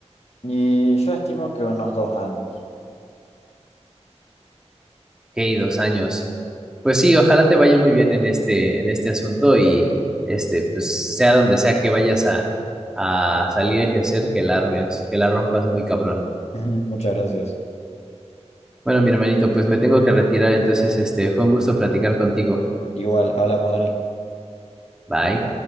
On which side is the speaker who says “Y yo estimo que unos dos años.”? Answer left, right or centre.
Left